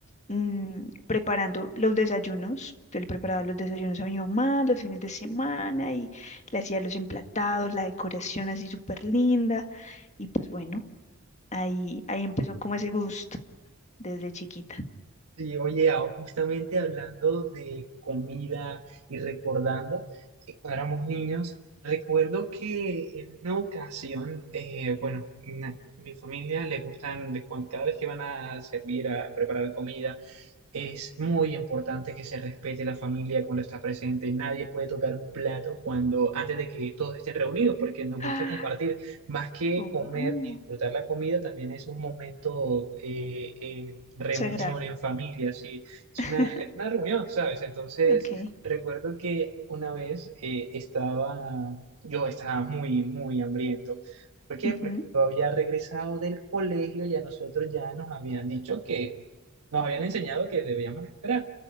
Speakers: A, on the left (about 30°); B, on the right (about 80°).
A: mm, preparando los desayunos. Yo le preparaba los desayunos a mi mamá los fines de semana y le hacía los emplatados, la decoración así súper linda. Y pues bueno, ahí, ahí empezó como ese gusto desde chiquita.
B: Y oye, ah, justamente hablando de comida y recordando que cuando éramos niños, recuerdo que en una ocasión, eh, bueno, na- mi familia le gustan, de cuando, cada vez que van a servir, a preparar comida, Es muy importante que se respete la familia cuando está presente. Nadie puede tocar un plato cuando antes de que todos estén reunidos, porque nos gusta
A: Ah,
B: compartir. Más que
A: oh,
B: comer y disfrutar la comida, también es un momento eh, eh, reunión
A: sagrado.
B: en familia, sí. Es
A: <laughs>
B: una, es una reunión, ¿sabes? Entonces,
A: Ok.
B: recuerdo que una vez eh, estaba, yo estaba muy, muy hambriento. ¿Por qué?
A: ujú,
B: Porque yo había regresado del colegio y a nosotros ya nos habían dicho que nos habían enseñado que debíamos esperar.